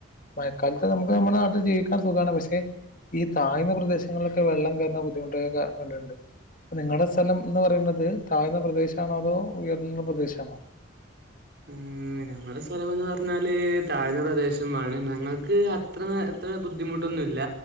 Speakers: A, on the left (about 40°); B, on the right (about 55°).
A: മയക്കാലത്ത് നമുക്ക് നമ്മുടെ നാട്ടിൽ ജിവിക്കാ ൻ സുഖാണ് പഷേ ഈ താഴ്ന്ന പ്രദേശങ്ങളിലൊക്കെ വെള്ളം കേറുന്ന ബുദ്ധിമുട്ടൊക്കെ കണ്ടണ്ട് നിങ്ങടെ സ്ഥലം ന്ന് പറണ്ത് താഴ്ന്ന പ്രദേശാണോ അതോ ഉയർന്ന പ്രദേശാണോ
B: ഉം ഞങ്ങടെ സ്ഥലമെന്ന് പറഞ്ഞാല് താഴ്ന്ന പ്രദേശമാണ് ഞങ്ങക്ക് അത്ര ത്ത് ബുദ്ധിമുട്ടൊന്നുവില്ല